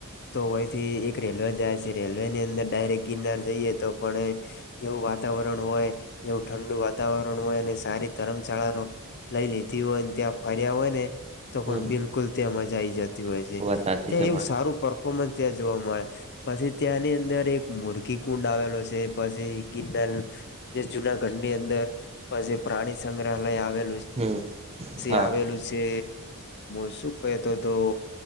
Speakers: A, on the left; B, on the right.
A: તો વયથી એક રેલવે જાય છે રેલવે ની અંદર ડાયરેક્ટ ગિરનાર જઈએ તો પણ એવું વાતાવરણ હોય એવું ઠંડુ વાતાવરણ હોય અને સારી ધરમશાળા ર લઈ લીધી હોય ત્યાં ફર્યા હોય ને તો
B: હમ
A: પણ બિલકુલ ત્યાં મજા આઈ જતી હોય છે
B: વધારે છે
A: ત્યાં
B: તમારે
A: એવું સારું ત્યાં જોવા મળે પછી ત્યાંની અંદર એક મુર્ખી કુંડ આવેલો છે, પછી જુનાગઢની અંદર પ પ્રાણી સંગ્રહાલય આવે પછી
B: હમ હા
A: આવેલું છે, શું તો તો